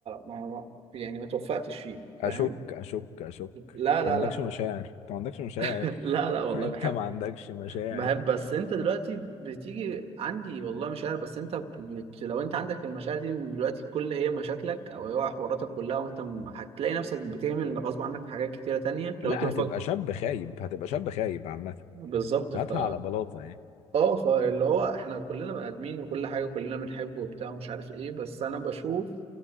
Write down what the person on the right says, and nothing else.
ما ما- يعني ما توفقتش فيه فاهم
لا لا
لا
<laughs> لا
لا والله
بحب
بحب بس انت دلوقتي بتيجي عندي والله مشاعر بس انت بت... لو انت عندك المشاعر دي من دلوقتي كل هي مشاكلك او هي حواراتك كلها وانت م- هتلاقي نفسك بتعمل غصب عنك في حاجات كتيره تانية لو
انت بتفكر
بالظبط
ف
اه فاللي هو احنا كلنا بني ادمين وكل حاجه كلنا بنحب وبتاع ومش عارف ايه بس انا بشوف